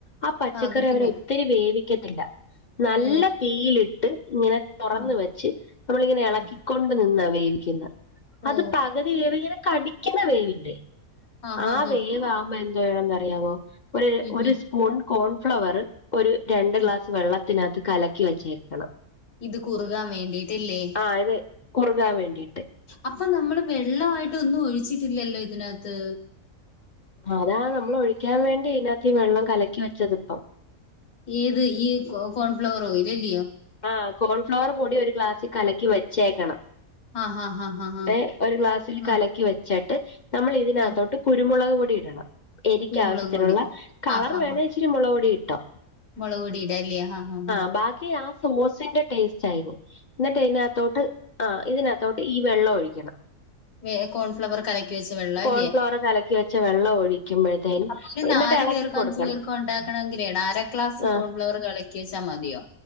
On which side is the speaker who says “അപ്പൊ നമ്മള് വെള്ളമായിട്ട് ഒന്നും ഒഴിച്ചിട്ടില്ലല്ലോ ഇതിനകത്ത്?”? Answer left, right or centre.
Left